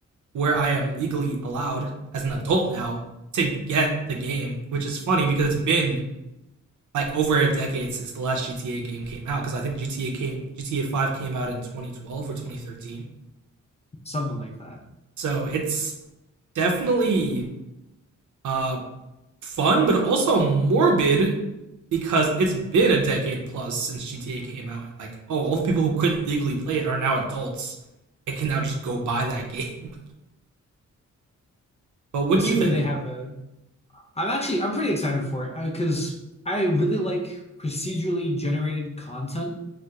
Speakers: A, on the right; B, on the left.
A: where I am legally allowed as an adult now to get the game, which is funny because it's been like over a decade since the last GTA game came out because I think GTA came, GTA 5 came out in 2012 or 2013.
B: Something like that.
A: So it's definitely uh fun but also morbid because it's been a decade plus since GTA came out and like oh all the people who couldn't legally play it are now adults and can now just go buy that game. <laughs> but what
B: Assuming
A: do you think?
B: they have a, I'm actually I'm pretty excited for it because I really like procedurally generated content,